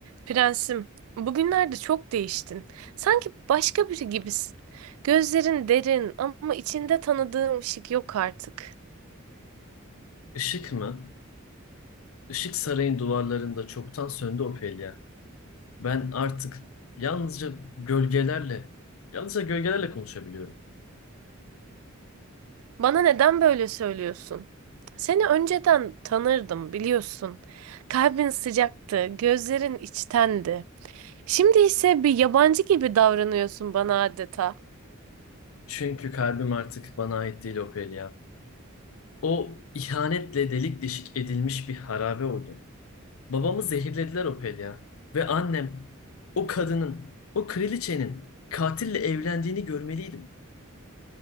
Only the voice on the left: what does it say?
Işık mı? Işık sarayın duvarlarında çoktan söndü Ophelia. Ben artık yalnızca gölgelerle, yalnızca gölgelerle konuşabiliyorum.
Çünkü kalbim artık bana ait değil Ophelia. O ihanetle delik deşik edilmiş bir harabe oldu. Babamı zehirlediler Ophelia. Ve annem, o kadının, o kraliçenin katille evlendiğini görmeliydim.